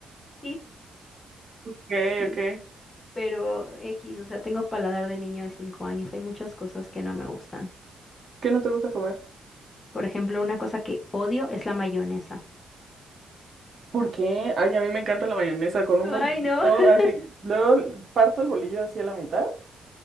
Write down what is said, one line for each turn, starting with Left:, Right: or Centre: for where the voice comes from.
Left: Sí,
Right: Ok,
Left: sí.
Right: ok.
Left: Pero X, o sea, tengo paladar de niño de 5 años. Hay muchas cosas que no me gustan.
Right: ¿Qué no te gusta comer?
Left: Por ejemplo, una cosa que odio es la mayonesa.
Right: ¿Por qué? Ay, a mí me encanta la mayonesa con un
Left: Ay,
Right: bolillo.
Left: no. <laughs>
Right: Así, luego parto el bolillo así a la mitad,